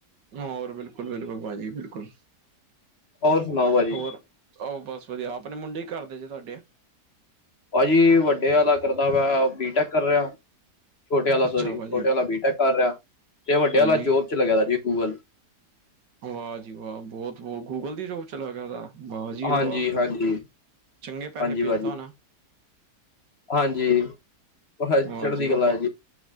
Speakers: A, on the right; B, on the left.
A: ਹੋਰ ਬਿਲਕੁਲ-ਬਿਲਕੁਲ ਭਾਜੀ ਬਿਲਕੁਲ
B: ਹੋਰ ਸੁਣਾਓ ਭਾਜੀ
A: ਹੋਰ ਆਹੋ ਬਸ ਵਧੀਆ ਆਪਣੇ ਮੁੰਡੇ ਕੀ ਕਰਦੇ ਜੇ ਤੁਹਾਡੇ
B: ਭਾਜੀ, ਵੱਡੇ ਆਲਾ ਕਰਦਾ ਪਯਾ, ਬੀਟੈਕ ਕਰ ਰਿਹਾ ਓਹ ਛੋਟੇ ਆਲਾ
A: ਅੱਛਾ
B: ਸੋਰੀ,
A: ਭਾਜੀ
B: ਛੋਟੇ ਆਲਾ ਬੀਟੈਕ ਕਰ ਰਯਾ, ਤੇ ਵੱਡੇ
A: ਹਾਂਜੀ।
B: ਆਲਾ ਜੋਬ ਚ ਲਗਯਾ ਦਾ ਜੀ ਗੂਗਲ।
A: ਵਾ ਜੀ ਵਾ, ਬੋਤ ਬੋ ਗੂਗਲ ਦੀ ਜੋਬ ਚਲਾ ਗਿਆ ਦਾ। ਵਾਹ ਜੀ
B: ਹਾਂਜੀ,
A: ਵਾਹ।
B: ਹਾਂਜੀ।
A: ਚੰਗੇ ਪੈਸੇ
B: ਹਾਂਜੀ
A: ਭੇਜਦਾ
B: ਭਾਜੀ,
A: ਹੋਣਾ
B: ਹਾਂਜੀ। ਬਸ
A: ਵਾ
B: ਚੜ੍ਹਦੀ
A: ਜੀ ਬਾਬਾ,
B: ਕਲਾ